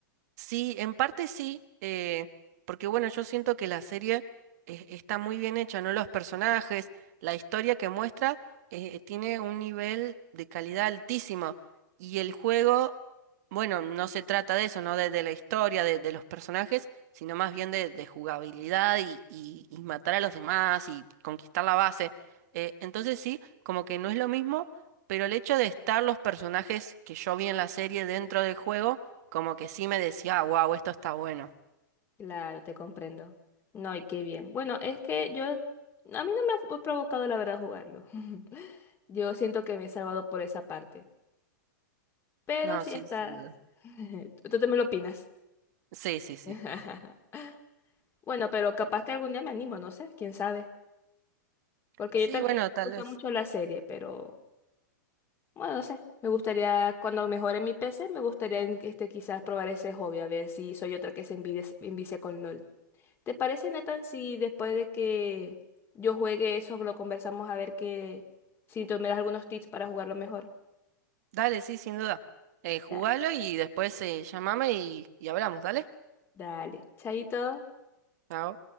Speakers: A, on the right; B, on the left.
A: Sí, en parte sí, eh, porque bueno, yo siento que la serie eh, está muy bien hecha, ¿no? Los personajes, la historia que muestra eh, eh, tiene un nivel de calidad altísimo y el juego, bueno, no se trata de eso, ¿no? De, de la historia, de, de los personajes, sino más bien de, de jugabilidad y, y- y matar a los demás y conquistar la base. Eh, entonces sí, como que no es lo mismo, pero el hecho de estar los personajes que yo vi en la serie dentro del juego como que sí me decía, wow, esto está bueno.
B: Claro, te comprendo. No, y qué bien. Bueno, es que yo, a mí no me ha provocado la verdad jugarlo. <laughs> Yo siento que me he salvado por esa parte. Pero
A: No,
B: si
A: sí,
B: estás,
A: sin duda.
B: <laughs> tú tú también lo opinas.
A: Sí, sí, sí.
B: <laughs> Bueno, pero capaz que algún día me animo, no sé, quién sabe. Porque
A: Sí,
B: yo también
A: bueno,
B: me
A: tal
B: gusta
A: vez.
B: mucho la serie, pero bueno, no sé. Me gustaría, cuando mejore mi PC, me gustaría en- este, quizás probar ese hobby, a ver si soy otra que se envidia- envicia con LOL. ¿Te parece, Nathan, si después de que yo juegue eso lo conversamos a ver que si tú me das algunos tips para jugarlo mejor?
A: Dale, sí, sin duda. Eh, jugalo
B: Da-
A: y después eh, llámame y, y hablamos, ¿dale?
B: dale, chaito.
A: Chao.